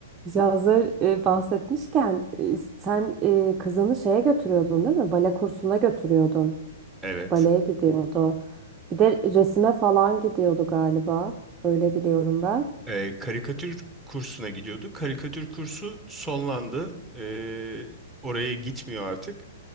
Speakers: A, on the right (about 25°); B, in the centre.
A: hazır e, bahsetmişken e, sen e, kızını şeye götürüyordun değil mi? Bale kursuna götürüyordun.
B: Evet.
A: Baleye gidiyordu. Bir de resime falan gidiyordu galiba. Öyle biliyorum ben.
B: Ee, karikatür kursuna gidiyordu. Karikatür kursu sonlandı. Ee, oraya gitmiyor artık.